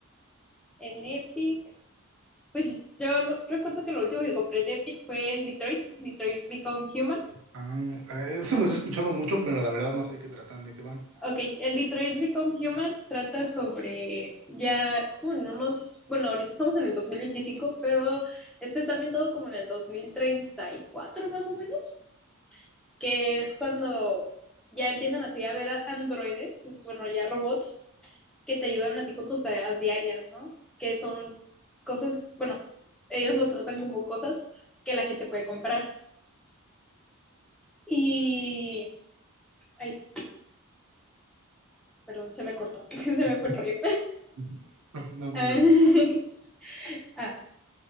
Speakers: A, in the centre; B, on the right.
A: en Epic, pues yo lo- recuerdo que lo último que compré en Epic fue el Detroit, Detroit Become Human.
B: Ah, eso los he escuchado mucho, pero la verdad no sé de qué tratan, de qué van.
A: Ok, el Detroit Become Human trata sobre ya como en unos, bueno, ahorita estamos en el dos mil veinticinco pero este está ambientado como en el 2034 más o menos, que es cuando ya empiezan así a ver a androides, bueno, ya robots que te ayudan así con tus tareas diarias, ¿no? Que son cosas, bueno, ellos los tratan como cosas que la gente puede comprar. Y... Ay, perdón, se me cortó, <laughs> se me fue el rollo.
B: <laughs> No, no
A: <laughs>
B: te preocupes.
A: ah,